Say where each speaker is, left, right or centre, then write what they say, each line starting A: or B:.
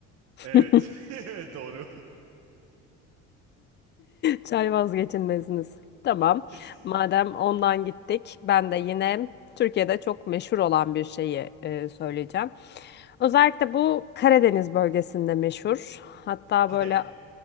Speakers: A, on the left (about 35°); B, on the right (about 55°).
A: <laughs>
B: Evet. <laughs> Doğru.
A: Çay vazgeçilmeziniz. Tamam.
B: Kesinlikle.
A: Madem ondan gittik, ben de yine Türkiye'de çok meşhur olan bir şeyi e, söyleyeceğim. Özellikle bu Karadeniz bölgesinde meşhur. Hatta
B: Pide.
A: böyle